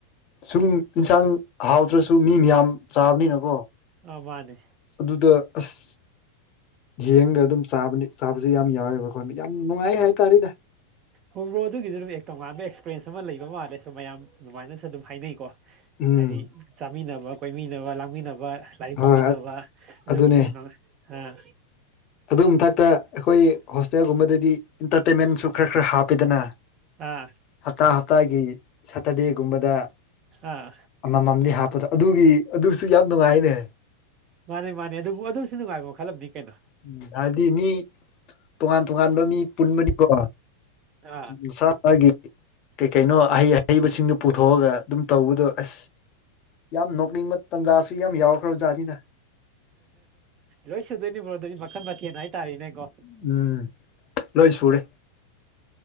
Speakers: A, on the left; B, on the right.
A: ꯁꯨꯝ ꯌꯦꯟꯁꯥꯡ ꯍꯥꯎꯗ꯭ꯔꯁꯨ ꯃꯤ ꯃꯌꯥꯝ ꯆꯥꯕꯅꯤꯅꯀꯣ
B: ꯑꯣ ꯃꯥꯅꯤ
A: ꯑꯗꯨꯗ ꯑꯁ ꯌꯦꯡꯒ ꯑꯗꯨꯝ ꯆꯥꯕꯅꯤ ꯆꯥꯕꯁꯨ ꯌꯥꯝ ꯌꯥꯎꯋꯦꯕ ꯑꯩꯈꯣꯟꯗ ꯌꯥꯝ ꯅꯨꯡꯉꯥꯏ ꯍꯥꯏꯇꯥꯔꯦꯗꯤ
B: ꯍꯣꯡꯕ꯭ꯔꯣ ꯑꯗꯨꯒꯤꯁꯨ ꯑꯗꯨꯝ ꯇꯣꯉꯥꯟꯕ ꯑꯦꯛꯁꯄꯔꯦꯟꯁ ꯑꯃ ꯂꯩꯕ ꯃꯥꯜꯂꯦꯁꯨ ꯃꯌꯥꯝ ꯑꯗꯨꯃꯥꯏꯅꯁꯨ ꯑꯗꯨꯝ ꯍꯥꯏꯅꯩꯀꯣ
A: ꯎꯝ
B: ꯍꯥꯏꯗꯤ ꯆꯥꯃꯤꯟꯅꯕ ꯀꯣꯏꯃꯤꯟꯅꯕ ꯂꯥꯡꯃꯤꯟꯅꯕ ꯂꯥꯏꯔꯤꯛ
A: ꯍꯣꯏ
B: ꯄꯥꯝꯃꯤꯟꯅꯕ ꯑꯗꯨꯒꯤꯁꯨ
A: ꯑꯗꯨꯅꯦ
B: ꯅꯨꯡ ꯑꯥ
A: ꯑꯗꯨ ꯃꯊꯛꯇ ꯑꯩꯈꯣꯏ ꯍꯣꯁꯇꯦꯜꯒꯨꯝꯕꯗꯗꯤ ꯏꯟꯇꯔꯇꯦꯟꯃꯦꯟꯁꯨ ꯈꯔ ꯈꯔ ꯍꯥꯞꯄꯤꯗꯅ
B: ꯑꯥ
A: ꯍꯞꯇꯥ ꯍꯞꯇꯥꯒꯤ ꯁꯇꯔꯗꯦꯒꯨꯝꯕꯗ
B: ꯑꯥ
A: ꯑꯃꯃꯝꯗꯤ ꯍꯥꯞꯄꯗ ꯑꯗꯨꯒꯤ ꯑꯗꯨꯁꯨ ꯌꯥꯝ ꯅꯨꯡꯉꯥꯏꯅꯦ
B: ꯃꯥꯅꯦ ꯃꯥꯅꯦ ꯑꯗꯨꯕꯨ ꯑꯗꯨꯁꯨ ꯅꯨꯡꯉꯥꯏꯕ ꯃꯈꯜ ꯑꯃꯅꯤꯗꯤ ꯀꯩꯅꯣ
A: ꯎꯝ ꯍꯥꯏꯕꯗꯤ ꯃꯤ ꯇꯣꯉꯥꯟ ꯇꯣꯉꯥꯟꯕ ꯃꯤ ꯄꯨꯟꯕꯅꯤꯀꯣ
B: ꯑꯥ
A: ꯃꯁꯥꯒꯤ ꯀꯩ ꯀꯩꯅꯣ ꯑꯍꯩ ꯑꯍꯩꯕꯁꯤꯡꯗꯨ ꯄꯨꯊꯣꯛꯑꯒ ꯑꯗꯨꯝ ꯇꯧꯕꯗꯣ ꯑꯁ ꯌꯥꯝ ꯅꯣꯛꯅꯤꯡꯕ ꯇꯥꯟꯖꯥꯁꯨ ꯌꯥꯝ ꯌꯥꯎꯔꯈ꯭ꯔꯦ ꯖꯥꯅꯤꯗ
B: ꯂꯣꯏ ꯁꯨꯗꯣꯏꯅꯤꯕ꯭ꯔꯣ ꯑꯗꯨꯗꯤ ꯃꯈꯟ ꯃꯊꯦꯜ ꯍꯥꯏꯇꯥꯥꯔꯦꯅꯦꯀꯣ
A: ꯎꯝ ꯂꯣꯏ ꯁꯨꯔꯦ